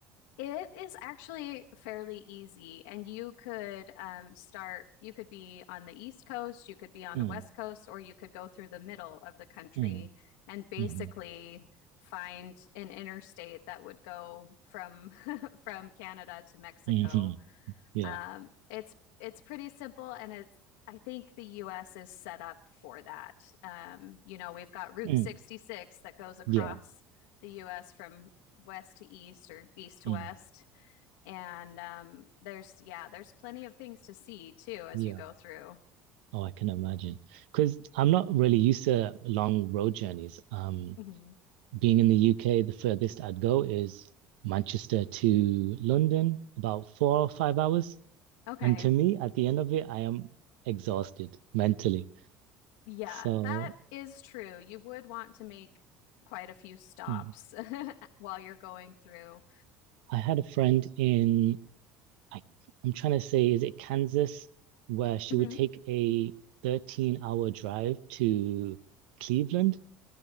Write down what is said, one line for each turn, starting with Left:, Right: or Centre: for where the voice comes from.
Left: It is actually fairly easy, and you could um, start. You could be on the East Coast, you could be on
Right: Mm,
Left: the West Coast, or you could go through the middle of the country
Right: mm,
Left: and basically
Right: mm,
Left: find an interstate that would go from <laughs> from Canada to Mexico.
Right: mm, yeah,
Left: Um, it's it's pretty simple, and it's I think the U.S. is set up for that. Um, you know, we've got Route
Right: mm,
Left: 66 that goes across
Right: yeah,
Left: the U.S. from west to east or east to
Right: mm,
Left: west, and um, there's yeah, there's plenty of things to see too as
Right: yeah.
Left: you go through.
Right: Oh, I can imagine. Because I'm not really used to long road journeys. Um,
Left: Mhm.
Right: being in the UK, the furthest I'd go is Manchester to London, about four or five hours.
Left: Okay.
Right: And to me, at the end of it, I am exhausted mentally.
Left: Yeah,
Right: So
Left: that is true. You would want to make quite a few stops
Right: mm,
Left: <laughs> while you're going through.
Right: I had a friend in, I, I'm trying to say, is it Kansas, where she
Left: hmm
Right: would take a 13 hour drive to Cleveland,